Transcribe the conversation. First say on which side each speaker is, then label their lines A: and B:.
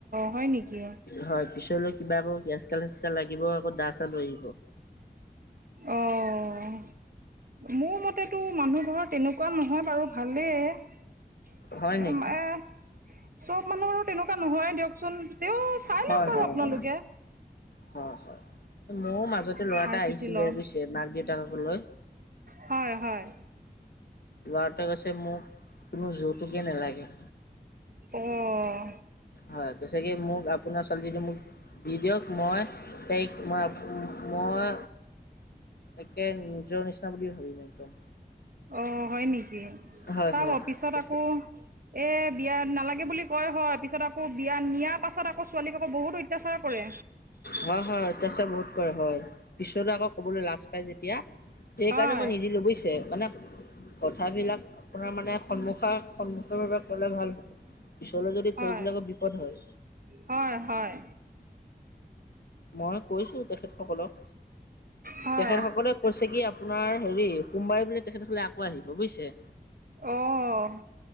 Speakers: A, on the right; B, on the left.
A: হয় নেকি?
B: হয় পিছলৈ কিবা আকৌ এচকা চেচকা লাগিব আকৌ দা চা লৈ আহিব।
A: অহ, মোৰ মতেতো মানুহ ঘৰৰ তেনেকুৱা নহয় বাৰু, ভালেই
B: হয় নেকি?
A: এ চব মানুহ আৰু তেনেকুৱা নহয় দিয়কচোন তেও চাই
B: হয়
A: লওক বাৰু
B: হয়
A: আপোনালোকে।
B: হয় হয় হয়, মইও মাজতে ল'ৰা
A: চাই
B: এটা
A: চিতি
B: আহিছিলে
A: লওঁ
B: বুজিছে মাক দেউতাকক লৈ
A: হয় হয়।
B: ল'ৰাতোৱে কৈছে মোক কোনো যৌতুকে নালাগে।
A: অঁ
B: হয় কৈছে কি মোক আপোনাৰ ছোৱালীজনী মোক দি দিয়ক মই তাইক মই, মই একে নিজৰ নিচিনা বুলি ভাবিম। একদম
A: অ হয় নেকি?
B: হয়
A: চাব
B: হয়।
A: পিছত আকৌ এই বিয়া নালাগে বুলি কয় হয় পিছত আকৌ বিয়া নিয়াৰ পাছত আকৌ ছোৱালীক আকৌ বহুত অত্যাচাৰ কৰে।
B: হয় হয়, অত্যচাৰ বহুত কৰে হয়, পিছত আকৌ ক'বলৈ লাজ পাই যেতিয়া। সেইকাৰণে
A: হয়
B: মই নিদিলো বুজিছে, মানে কথাবিলাক আপোনাৰ মানে সন্মুখা সন্মুখৰ ভাবে ক'লে ভাল হয় পিছলৈ যদি
A: হয়
B: থৈ দিলে আকৌ বিপদ হয়।
A: হয় হয়।
B: মই কৈছো তেখেতসকলক
A: হয়
B: তেখেতসকলে কৈছে কি আপোনাৰ হেৰি সোমবাৰে বোলে তেখেতসকলে আকৌ আহিব বুজিছে।
A: অহ